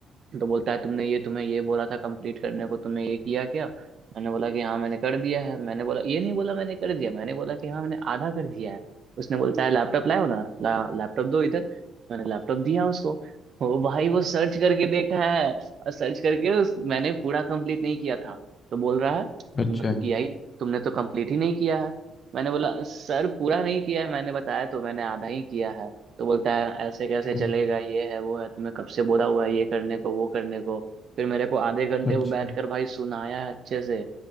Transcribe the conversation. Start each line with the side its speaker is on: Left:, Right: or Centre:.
Right: तो बोलता है तुमने ये तुम्हें ये बोला था कंप्लीट करने को तुमने ये किया क्या मैंने बोला कि हाँ मैंने कर दिया है मैंने बोला ये नहीं बोला मैंने कर दिया मैंने बोला कि हाँ मैंने आधा कर दिया है उसने बोलता है लैपटॉप लाओ ना ला, लैपटॉप दो इधर मैंने लैपटॉप दिया उसको वो भाई वो सर्च करके देखा है और सर्च करके उस मैंने पूरा कंप्लीट नहीं किया था तो बोल रहा है
Left: अच्छा
Right: तुमने तो किया ही तुमने तो कंप्लीट ही नहीं किया है मैंने बोला सर पूरा नहीं किया है मैंने बताया तो मैंने आधा ही किया है तो बोलता है ऐसे कैसे चलेगा
Left: हम्म
Right: ये है वो है तुम्हें कब से बोला हुआ है ये करने को वो करने को फिर मेरे को आधे घंटे
Left: अच्छा
Right: वो बैठ कर भाई सुनाया अच्छे से